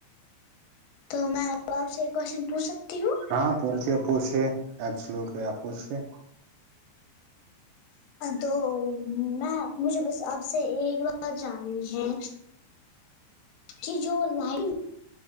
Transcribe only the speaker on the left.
تو میں آپ سے کوشچن پوچھ سکتی ہوں
تو میں مجھے بس اب سے ایک بار جنی ہے کی جو لائن